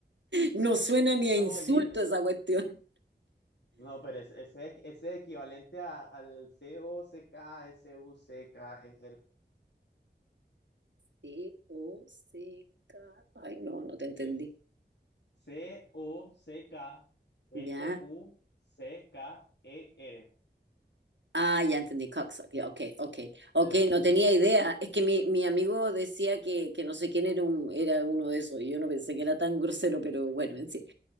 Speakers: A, on the right; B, on the left.
A: No suena ni
B: No,
A: a insulto
B: oye,
A: esa cuestión.
B: no, pero ese, ese, es ese es equivalente a- al C-O-C-K, S-U-C-K,
A: C-O-C-K. Ay, no, no te entendí.
B: el, C-O-C-K-S-U-C-K-E-R.
A: Ya. Ah, ya entendí. Cocksucker. Ya, Ok, ok. Ok,
B: Eh, sí,
A: no tenía
B: sí, sí.
A: idea. Es que mi, mi amigo decía que, que no sé quién era, un, era uno de esos. y Yo no pensé que era tan grosero, pero bueno, en fin.